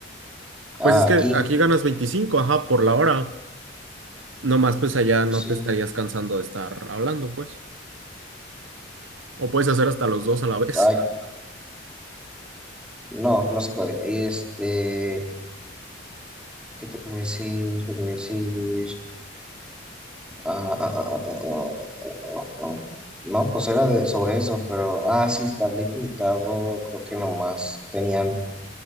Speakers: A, in the centre; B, on the right.
A: Ah,
B: Pues es que
A: aquí.
B: aquí ganas 25, ajá, por la hora. No más pues allá no
A: Sí.
B: te estarías cansando de estar hablando, pues. O puedes hacer hasta los dos a la vez.
A: Ay,
B: <laughs>
A: no, no se puede. Este, ¿qué te voy a decir? ¿Qué te voy a decir? Ah, ah, ah, ah, ah, ah, ah, ah. ah. No, pues era de, sobre eso, pero, ah, sí, está limitado. Creo que nomás tenían